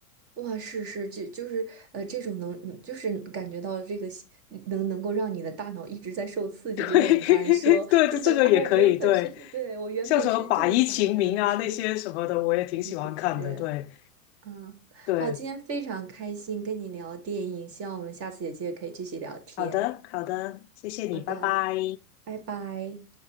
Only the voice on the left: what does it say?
<laughs> 对对，
这这个也可以，
对，
像什么法医秦明啊那些什么的，
我也挺喜欢看的。
对
对，
好的好的，谢谢你，
拜拜。